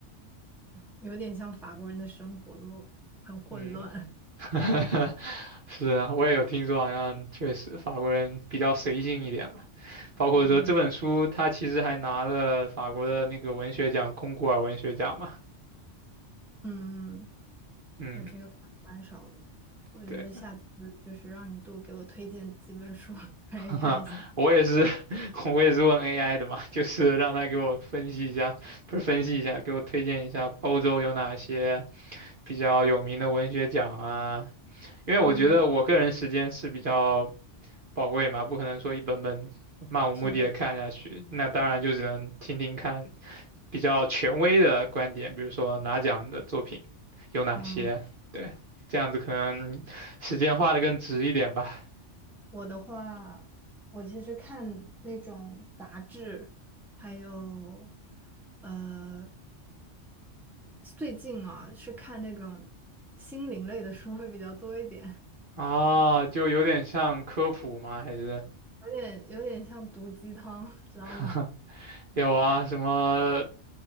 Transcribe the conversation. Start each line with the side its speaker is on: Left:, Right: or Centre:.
Centre: 有点像法国人的生活都很混乱。
Right: 嗯，<laughs> 是啊，我也有听说，好像确实法国人比较随性一点吧。包括说这本书，
Centre: <laughs> 嗯
Right: 他其实还拿了法国的那个文学奖——龚古尔文学奖嘛。
Centre: 嗯，
Right: 嗯，
Centre: 我其实看的蛮少的，我觉得下次就是让你多给我推荐几本书
Right: 对，
Centre: <laughs> 可以看一下。
Right: <laughs> 我也是，<laughs> 我也是问 AI 的嘛，就是让他给我分析一下，不是分析一下，给我推荐一下欧洲有哪些比较有名的文学奖啊。因为我觉得我个人时间是比较
Centre: 嗯，
Right: 宝贵嘛，不可能说一本本漫无目的的看下去。
Centre: 是这样。
Right: 那当然就只能听听看比较权威的观点，比如说拿奖的作品有哪些，
Centre: 嗯，
Right: 对，这样子可能时间花的更值一点吧。
Centre: 我的话，我其实看那种杂志，还有呃，最近啊是看那种心灵类的书会比较多一点。
Right: 啊，就有点像科普吗？还是
Centre: 有点有点像毒鸡汤，知道吗？
Right: <laughs>
Centre: <laughs>
Right: 有啊，什么